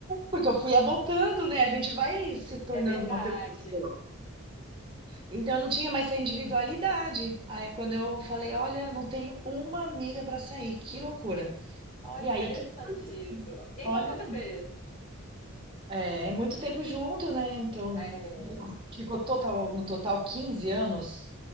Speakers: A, on the right (about 25°); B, on the left (about 35°).
A: Porque eu fui adotando, né? A gente vai se tornando
B: é verdade.
A: uma pessoa. só. Então eu não tinha mais essa individualidade. Aí quando eu falei, olha, não tenho uma amiga para sair, que loucura.
B: Olha,
A: E
B: interessante
A: aí que eu,
B: isso. E aí,
A: olha,
B: como você fez?
A: É, é muito tempo junto, né? Então,
B: É,
A: ficou total, no total 15 anos.